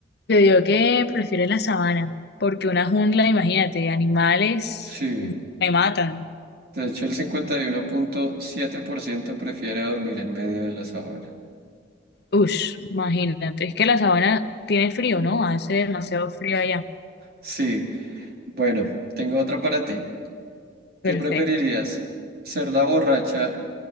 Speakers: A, on the left; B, on the right.
A: yo digo que prefiero la sabana, porque una jungla, imagínate, animales
B: Sí,
A: me matan.
B: de hecho el cincuenta y uno punto siete por ciento prefiere dormir en medio de la sabana.
A: Ush, imagínate. Es que la sabana tiene frío, ¿no? Hace demasiado frío allá.
B: Sí, bueno, tengo otra para ti. ¿Qué
A: Perfecto.
B: preferirías? ¿Ser la borracha